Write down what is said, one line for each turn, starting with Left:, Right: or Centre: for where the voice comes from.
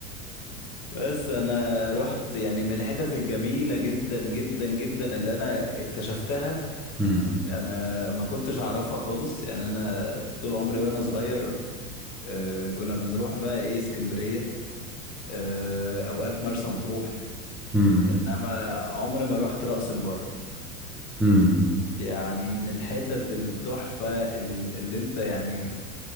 Left: بس انا رحت يعني من الحتت الجميله جدا جدا جدا اللي انا اكتشفتها
Centre: امم
Left: انا ما كنتش اعرفها خالص يعني انا طول عمري وانا صغير آه، كنا بنروح بقى ايه اسكندريه آه، اوقات مرسى مطروح
Centre: امم
Left: انما عمري ما رحت رأس البر
Centre: امم
Left: يعني من الحتت التحفه ال- اللي انت يعني